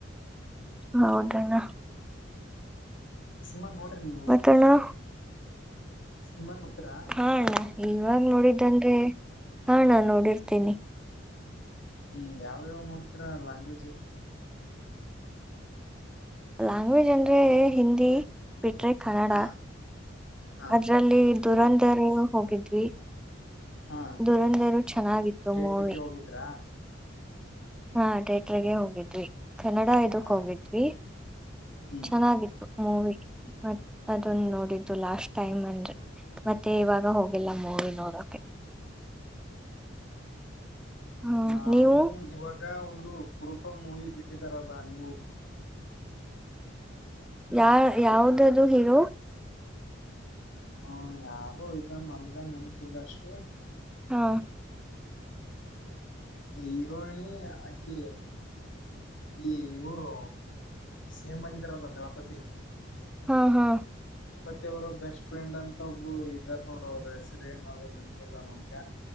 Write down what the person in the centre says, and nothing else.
ಹೌದಣ್ಣ
ಮತ್ತಣ್ಣ
ಹಾ ಅಣ್ಣ ಇವಾಗ ನೋಡಿದ್ದಂದ್ರೆ ಹಾ ನಾ ನೋಡಿರ್ತೇನಿ
ಲ್ಯಾಂಗ್ವೇಜ್ ಅಂದ್ರೆ ಹಿಂದಿ ಪಟೆ ಕನಡಾ
ಅದ್ರಲ್ಲಿ ದುರಂತ ರ ಹೋಗಿದ್ವಿ
ದುರಂಧರು ಚೆನ್ನಾಗಿತ್ತು
ಮೂವಿ
ಹಾ ಡೇಟ್ರಗೆ ಹೋಗಿದ್ವಿ ಕನ್ನಡ ಇದಕ್
ಹೋಗಿದ್ವಿ
ಚೆನ್ನಾಗಿತ್ತು ಮೂವಿ ಮತ್ ಅದೊಂದು ನೋಡಿದ್ದು ಲಾಸ್ಟ್ ಟೈಮ್ ಅಂದ್ರೆ ಮತ್ತೆ ಇವಾಗ ಹೋಗಿಲ್ಲ ಮೂೋಡಿ ನೋಡೋಕೆ ಹ್ಮ
ನೀವು
ಯಾ ಯಾವ್ದದುು ಹೀರೋ
ಹಾ
ಹಾ ಹಾ